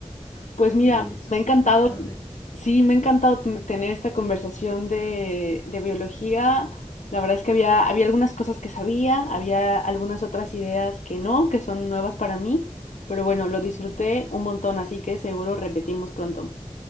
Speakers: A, on the left; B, on the left.
A: Pues mira,
B: sí, he escuchado
A: me ha encantado,
B: eso.
A: sí, me ha encantado ten- tener esta conversación de, de biología. La verdad es que había, había algunas cosas que sabía, había algunas otras ideas que no, que son nuevas para mí, pero bueno, lo disfruté un montón, así que seguro repetimos pronto.